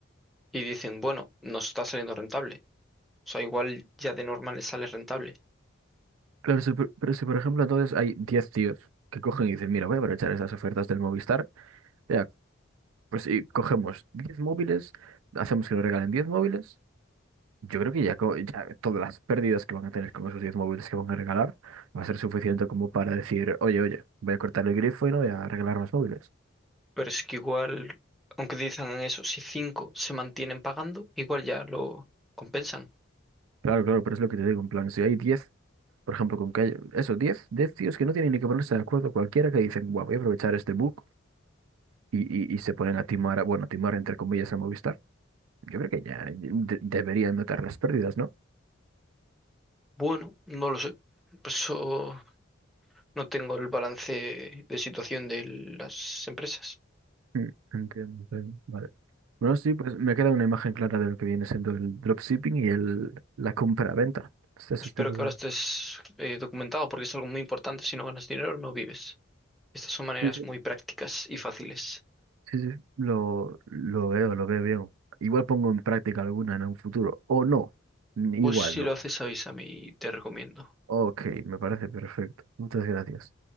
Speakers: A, in the centre; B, on the right.
A: y dicen, bueno, nos está saliendo rentable. O sea, igual ya de normal le sale rentable.
B: Claro, si por- pero si por ejemplo entonces hay 10 tíos que cogen y dicen, mira, voy a aprovechar esas ofertas del Movistar, ya, pues y cogemos 10 móviles, hacemos que nos regalen 10 móviles. Yo creo que ya, co- ya todas las pérdidas que van a tener con esos 10 móviles que van a regalar va a ser suficiente como para decir, oye, oye, voy a cortar el grifo y no voy a regalar más móviles.
A: Pero es que igual, aunque dicen eso, si cinco se mantienen pagando, igual ya lo compensan.
B: Claro, claro, pero es lo que te digo, en plan, si hay 10 por ejemplo, con que hay, eso, 10 10 tíos que no tienen ni que ponerse de acuerdo cualquiera que dicen, guau, voy a aprovechar este bug y, y, y se ponen a timar, a- bueno, a timar entre comillas a Movistar, yo creo que ya de- deberían notar las pérdidas, ¿no?
A: Bueno, no lo sé. Por eso no tengo el balance de situación de las empresas.
B: Mm, Entiendo, entiendo. Bueno, sí, pues me queda una imagen clara de lo que viene siendo el dropshipping y el, la compra-venta. Esos
A: Pues Espero
B: tipos
A: que
B: de-
A: ahora estés eh, documentado porque es algo muy importante. Si no ganas dinero, no vives. Estas son maneras
B: Sí, sí,
A: muy prácticas y fáciles.
B: sí, sí, lo, lo veo, lo veo bien. Igual pongo en práctica alguna en un futuro, o no, igual
A: Pues si
B: no.
A: lo haces, avísame y te recomiendo. a
B: Ok, me parece perfecto. Muchas gracias.